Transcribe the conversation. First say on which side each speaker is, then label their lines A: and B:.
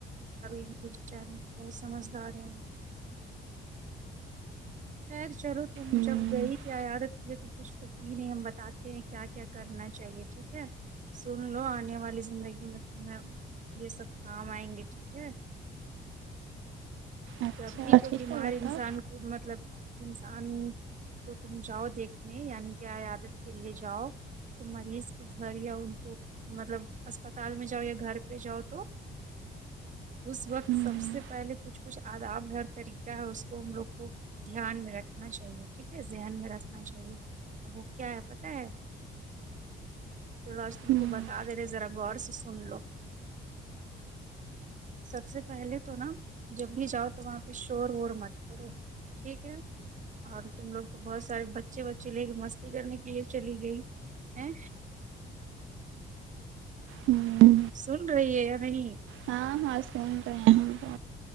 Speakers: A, on the right; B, on the right.
A: ی چینل بہت سمجھدار ہے <unintelligible> خیر چلو تم
B: ہمم
A: جب گئی کیا عادت کیے تو کچھ تو کی نہیں ہم بتاتے ہیں کیا کیا کرنا چاہیے ٹھیک ہے سن لو آنے والی زندگی میں تویں یہ سب کام آئیں گے ٹھیک ہے
B: اچھا
A: جب بھی کوئی
B: ٹھیک
A: بیمار
B: ہے بتاؤ
A: انسان کو مطلب انسان وہ تم جاؤ دیکھنے یعنی کہ ایادت کے لیے جاؤ تو مریض کے گھر یا ان کو مطلب اسپتال میں جاؤ یا گھر پہ جاؤ تو اس وقت
B: ہمم
A: سب سے پہلے کچھ کچھ آداب ہر طریقہ ہے اس کو ہم لوگ کو دھیان میں رکھنا چاہیے ٹھیک ہے ذہن میں رکھنا چاہیے اور وہ کیا ہے پتا ہے چلو آج تم
B: ہمم
A: کو بتا دے رہے ذرا غور سے سن لو سب سے پہلے تو نا جب بھی جاؤ تو وہاں پہ شور وور مت کرو ٹھیک ہے اور تم لوگ تو بہت سارے بچے بچے لے کے مستی کرنے کے لیے چلی گئی ہے
B: ہمم
A: سن رہی ہے یا نہیں
B: ہاں ہاں سن رہے ہیں ہم تو